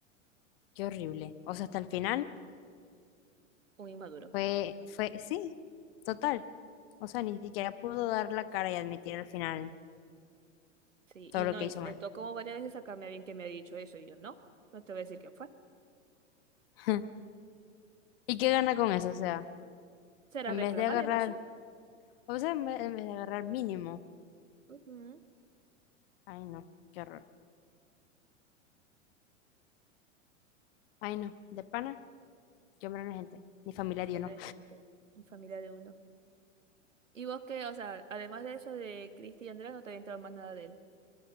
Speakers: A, on the left; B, on the right.
A: Qué horrible. O sea, hasta el final
B: un inmaduro.
A: fue, fue, sí, total. O sea, ni siquiera pudo dar la cara y admitir al final
B: Sí,
A: todo
B: y
A: lo
B: no,
A: que
B: intentó
A: hizo mal.
B: como varias veces sacarme a bien que me ha dicho eso, y yo, no, no te voy a decir quién fue.
A: <laughs> ¿Y qué gana con eso? O sea,
B: Será
A: en vez
B: reclamarle,
A: de agarrar,
B: no sé.
A: o sea, en ve- en vez, de agarrar mínimo.
B: Ujú,
A: Ay, no, qué horror. Ay, no, de pana, yo hombre no gente. Mi familia
B: Pleno
A: dio no.
B: de gente, y familia de uno. Y vos qué o sea, además de eso de Cristi y Andrea, no te había entrado más nada de él.